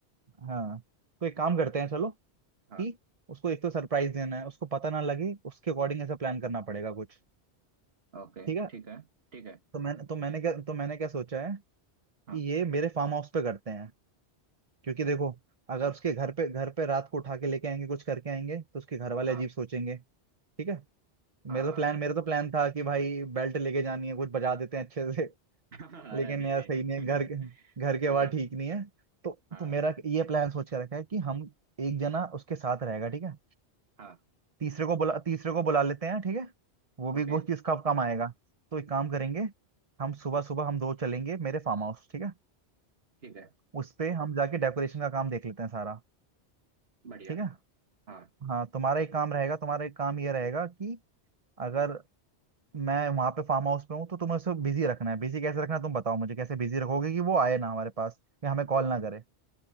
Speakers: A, on the right; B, on the right.
A: हाँ तो एक काम करते हैं चलो
B: हाँ
A: कि उसको एक तो सरप्राइज देना है उसको पता ना लगे उसके अकॉर्डिंग ऐसा प्लान करना पड़ेगा कुछ
B: ओके
A: ठीक है
B: ठीक है ठीक है
A: तो मैंने तो मैंने क्या तो मैंने क्या सोचा है
B: हाँ
A: कि ये मेरे फार्म हाउस पे करते हैं क्योंकि देखो अगर उसके घर पे घर पे रात को उठा के लेके आएंगे कुछ करके आएंगे तो उसके घर वाले
B: हाँ
A: अजीब सोचेंगे ठीक है मेरा
B: हाँ हाँ
A: तो प्लान मेरा तो प्लान था कि भाई बेल्ट लेके जानी है कुछ बजा देते हैं अच्छे से
B: <laughs>
A: <laughs>
B: अरे
A: लेकिन
B: नहीं
A: यार
B: नहीं
A: सही नहीं है घर
B: <laughs>
A: घर की आवाज
B: हाँ
A: ठीक नहीं है तो
B: हाँ
A: तो मेरा ये प्लान सोच के रखा है कि हम एक जना उसके साथ रहेगा ठीक है
B: हाँ
A: तीसरे को बुला तीसरे को बुला लेते हैं ठीक है वो भी
B: ओके
A: वो किसका काम आएगा तो एक काम करेंगे हम सुबह सुबह हम दो चलेंगे मेरे फार्म हाउस ठीक है
B: ठीक है
A: उस पे हम जाके डेकोरेशन का काम देख लेते हैं सारा
B: बढ़िया
A: ठीक है
B: हाँ
A: हाँ तुम्हारा एक काम रहेगा तुम्हारा एक काम ये रहेगा कि अगर मैं वहां पे फार्म हाउस पे हूँ तो तुम्हें उसको बिजी रखना है बिजी कैसे रखना है तुम बताओ मुझे कैसे बिजी रखोगे कि वो आए ना हमारे पास या हमें कॉल ना करे